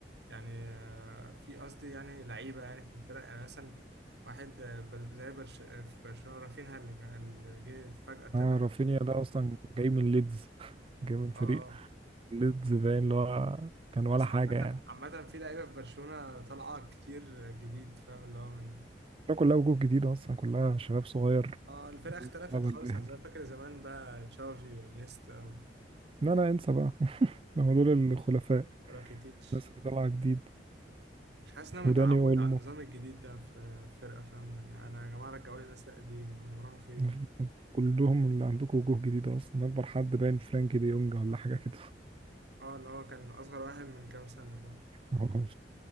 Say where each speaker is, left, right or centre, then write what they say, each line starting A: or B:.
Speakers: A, on the right; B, on the right.
A: يعني آه، في قصدي يعني لعيبه يعني في الفرق يعني مثلا واحد آه، بر- زي برش آه، في برشلونه رافينها اللي كان- اللي جه فجاه طلع
B: آه رافينيا
A: و-
B: ده أصلا جاي من ليدز <laughs> جاي من فريق
A: اه اه
B: ليدز باين اللي هو كان
A: بس
B: ولا حاجة
A: عامه
B: يعني
A: عامه في لعيبه في برشلونه طالعه كتير جديد فاهم اللي هو من
B: ده كلها وجوه جديدة أصلا كلها شباب صغير
A: اه الفرقه
B: مستقبل
A: اختلفت خالص
B: باهر
A: عن زمان فاكر زمان بقى تشافي وانيستا
B: لا لا انسى بقى <laughs> هما دول الخلفاء
A: وراكيتيتش
B: الناس اللي طالعة جديد
A: مش حاسس ان انا
B: وداني
A: متعود
B: أولمو
A: على النظام الجديد ده في فرقه فاهم يعني انا يا جماعه رجعوا لي الناس القديمه هم راحوا فين
B: <laughs> كلهم اللي عندكم وجوه جديدة أصلا أكبر حد باين فرانكي دي يونج ولا حاجة كده
A: اه اللي هو كان اصغر واحد من كام سنه فاهم
B: هو